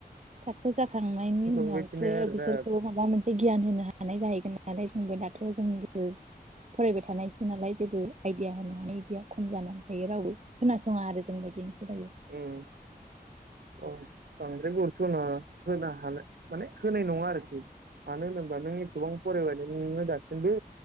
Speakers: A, on the right (about 45°); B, on the right (about 80°).
A: साक्सेस जाखांनायनि उनावसो
B: बेबायदिनो आरोना
A: बिसोरखौ माबा मोनसे गियान होनो हानाय जाहैगोन। नालाय जोंबो दाथ' जों फरायबाय थानायसो नालाय जेबो आइदिया होनो हानाय‌ इदिया खम जानानै थायो रावबो खोनासङा आरो <unintelligible>
B: उम औ बांद्राय गुरुतनाङा होनो हानाय माने होनाय नङा आरोखि मानो होनोबा नों एथबां फरायबायानो नोङो दासिमबो